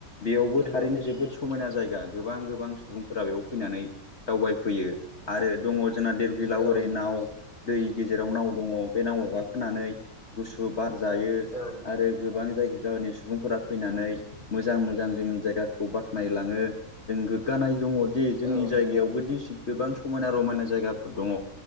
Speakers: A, on the left (about 45°); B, on the right (about 25°).
A: बेयावबो
B: नंगौ
A: थारैनो
B: नोंथां
A: जोबोद समायना जायगा गोबां गोबां सुबुंफोरा बेयाव फैनानै दावबायफैयो आरो दङ' जोंना देरबिलाव
B: औ
A: ओरै
B: नोंथां
A: नाव दै गेजेराव नाव दङ' बे नावआव गाखोनानै गुसु बार जायो
B: औ नोंथां
A: आरो गोबां जायगा गामिनि सुबुंफोरा फैनानै मोजां मोजां जोंनि जायगाखौ बाख्नायलाङो, जों गोग्गानाय दङ' जोंनि
B: औ
A: जायगायावबोदि
B: नोंथां
A: गोबां समायना रमायना जायगाफोर दङ'।